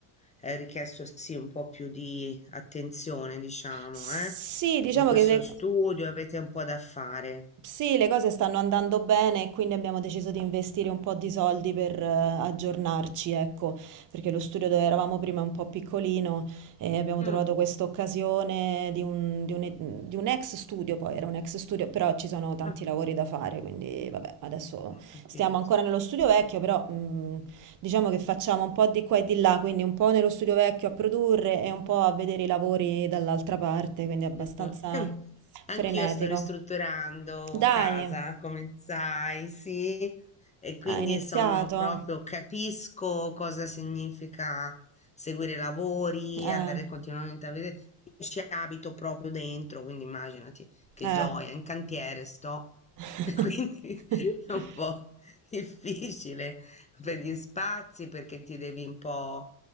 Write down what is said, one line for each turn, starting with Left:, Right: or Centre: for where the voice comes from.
Left: è richiesto sì un po' più di attenzione, diciamo,
Right: Sì,
Left: eh?
Right: diciamo
Left: In questo
Right: che le...
Left: studio avete un po' da fare.
Right: Sì, le cose stanno andando bene e quindi abbiamo deciso di investire un po' di soldi per eh, aggiornarci, ecco, perché lo studio dove eravamo prima è un po' piccolino e abbiamo
Left: Mm,
Right: trovato questa occasione di un, di un- di un ex studio, poi era un ex studio, però ci sono tanti
Left: ah,
Right: lavori da fare, quindi vabbè, adesso
Left: ho capito.
Right: stiamo ancora nello studio vecchio, però mh, Diciamo che facciamo un po' di qua e di là, quindi un po' nello studio vecchio a produrre e un po' a vedere i lavori dall'altra parte, quindi abbastanza
Left: Di qua. Eh, <laughs>
Right: frenetico.
Left: Anch'io sto ristrutturando
Right: Dai,
Left: casa, come sai, sì, e quindi
Right: ha iniziato.
Left: sono proprio, capisco cosa significa seguire i lavori,
Right: Eh,
Left: andare continuamente a vedere. Io ci abito proprio dentro, quindi immaginati che
Right: eh.
Left: gioia, in cantiere sto,
Right: <laughs>
Left: <laughs> e quindi è un po' difficile per gli spazi perché ti devi un po'